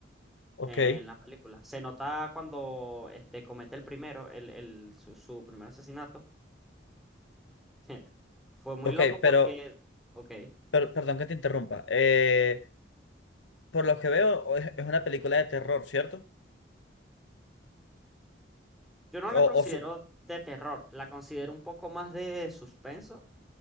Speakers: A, on the left (about 80°); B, in the centre.
A: Ok.
B: en la película. Se nota cuando este, comete el primero, el, el- su, su primer asesinato. <laughs> Fue muy
A: ok,
B: loco porque,
A: pero
B: ok.
A: Per- perdón que te interrumpa. Eh, por lo que veo, o es, es una película de terror, ¿cierto?
B: Yo no la
A: O,
B: considero
A: o su-
B: de terror, la considero un poco más de suspenso.